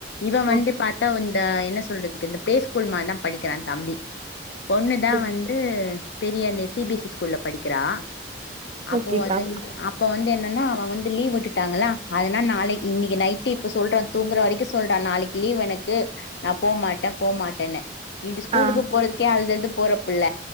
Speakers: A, on the left; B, on the right.
A: இவ
B: ஓ
A: வந்து பாத்தாவ் இந்த என்ன சொல்றதுக்கு இந்த பே ஸ்கூல் மா தா படிக்கிறா தம்பி பொண்ணுதா
B: ஓ
A: வந்து பெரியண்ணே சி பி எஸ் சி ஸ்கூல்ல படிக்கெறா அப்ப
B: ஓகேக்கா
A: வந்து அப்ப வந்து என்ன ன அவ வந்து லீவ் விட்டுட்டாங்களா அதனா நாளை இன்னக்கி நை ட்டு இப்ப சொல்ற தூங்குற வரைக்கு சொல்றா நாளக்கி லீவு எனக்கு நா போ மாட்ட போ மாட்டன்னு ஏன்டி ஸ்கூலுக்கு
B: ஆ
A: போறதுக்கே அழ்து அழ்து போறப் புள்ள